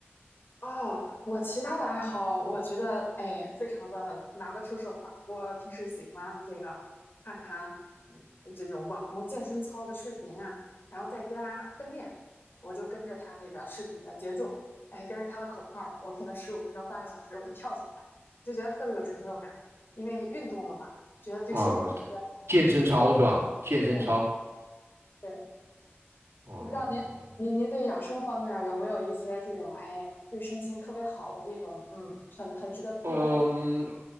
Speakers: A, on the left; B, on the right.
A: 哦，我其他的爱好，我觉得哎，非常的拿得出手吧。我平时喜欢这个看看嗯这种网红健身操的视频啊，然后在家跟练，我就跟着他这个视频的节奏，哎，跟着他的口号儿我可能十五分钟、半个小时，我跳下来就觉得特别有成就感，因为运动了嘛，觉得对身体特别
B: 啊，健身操是吧？
A: <laughs>
B: 健身操
A: 对对，
B: 哦，
A: 我不知道您您您对养生方面儿有没有一些这种哎对身心特别好的这种嗯很很值得推荐的。
B: 嗯，